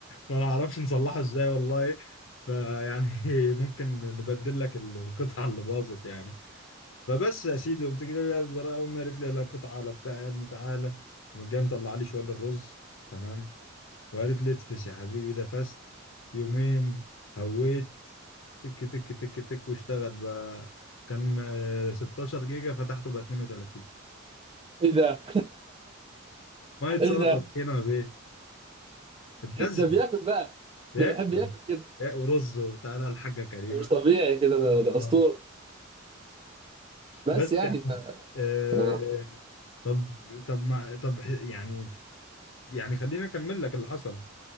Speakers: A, on the left; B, on the right.
A: ما نعرفش نصلحه ازاي والله فيعني ممكن نبدل لك ال- القطعة اللي باظت يعني فبس يا سيدي قمت جاي برا- امي قالت لي لا قطعة ولا بتاع يا ابني تعالى قامت جايه مطلع لي شوية الرز تمام وقالت لي اتفس يا حبيبي ده فست يومين هويت تك تك تك تك واشتغل بقى كان آه، 16 جيجا فتحته بقى 32
B: ايه ده
A: ميه
B: ايه
A: سلطه
B: ده
A: طحينه بيه اتغذى
B: ده بياكل بقى
A: ياكل
B: ده بيحب ياكل كده
A: يا- ورز وتعالى الحاجه كريمه
B: ده مش طبيعي كده ده, ده
A: خلاص.
B: اسطوره بس
A: بس
B: يعني
A: يعني
B: ف
A: آه
B: آه،
A: طب طب ما طب يعني يعني خليني اكمل لك اللي حصل